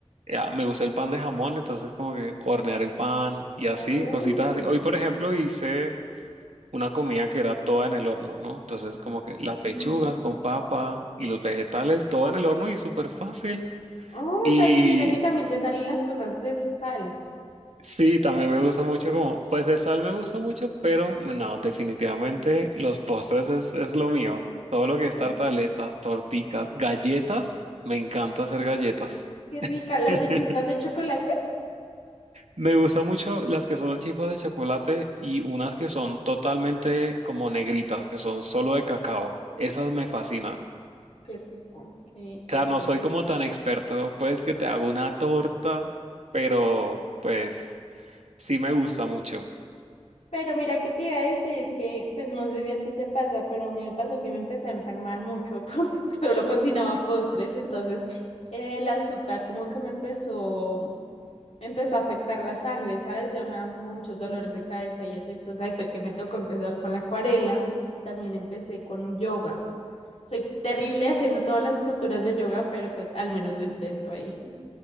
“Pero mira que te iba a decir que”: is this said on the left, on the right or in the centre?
Left